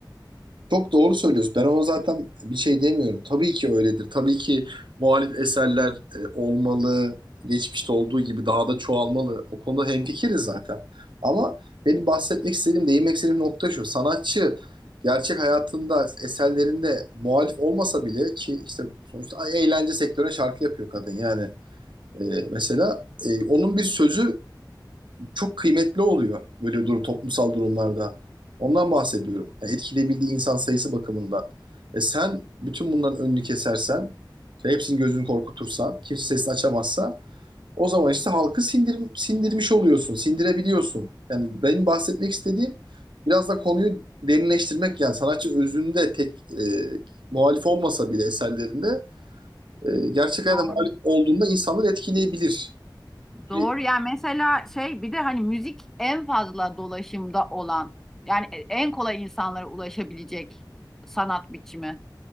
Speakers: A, on the right (about 85°); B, in the centre.
A: Çok doğru söylüyorsun. Ben ona zaten bir şey demiyorum. Tabii ki öyledir. Tabii ki muhalif eserler e, olmalı. Geçmişte olduğu gibi daha da çoğalmalı. O konuda hemfikiriz zaten. Ama benim bahsetmek istediğim, değinmek istediğim nokta şu. Sanatçı gerçek hayatında, eserlerinde muhalif olmasa bile ki işte sonuçta ay- eğlence sektörüne şarkı yapıyor kadın yani. E, mesela e, onun bir sözü çok kıymetli oluyor böyle durum, toplumsal durumlarda. Ondan bahsediyorum. Yani etkileyebildiği insan sayısı bakımından. E sen bütün bunların önünü kesersen, işte hepsinin gözünü korkutursan, kimse sesini açamazsa o zaman işte halkı sindir, sindirmiş oluyorsun, sindirebiliyorsun. Yani benim bahsetmek istediğim biraz da konuyu derinleştirmek yani sanatçı özünde tek e, muhalif olmasa bile eserlerinde e, gerçek hayatta
B: Doğru.
A: muhalif olduğunda insanları etkileyebilir.
B: Doğru
A: E,
B: yani mesela şey bir de hani müzik en fazla dolaşımda olan yani en kolay insanlara ulaşabilecek sanat biçimi.